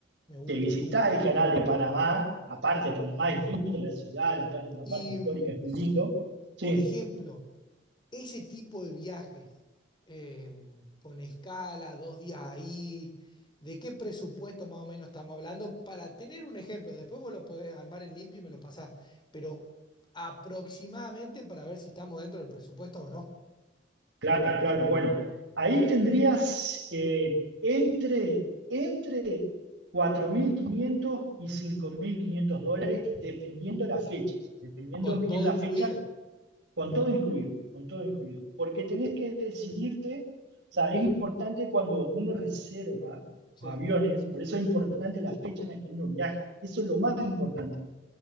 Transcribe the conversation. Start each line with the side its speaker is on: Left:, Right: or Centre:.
Left: me gusta,
Right: te visitás
Left: me gusta.
Right: el canal de Panamá, aparte Panamá es lindo, la ciudad, la, la
Left: Y,
Right: parte histórica
Left: mm,
Right: es muy lindo. Sí,
Left: por ejemplo, ese tipo de viajes eh, con escala, dos días ahí, ¿de qué presupuesto más o menos estamos hablando? Para tener un ejemplo, después vos lo podés armar en limpio y me lo pasás, pero aproximadamente para ver si estamos dentro del presupuesto o no,
Right: claro, claro, bueno. Ahí tendrías eh, entre, entre 4.500 y 5.500 dólares, dependiendo las fechas, dependiendo
Left: con
Right: bien
Left: todo
Right: la
Left: incluido.
Right: fecha Con todo incluido, con todo incluido. Porque tenés que decidirte, o sea,
Left: Mm,
Right: es importante cuando uno reserva
Left: sí,
Right: los aviones, por eso es importante la fecha en la que uno viaja. Eso es lo más importante.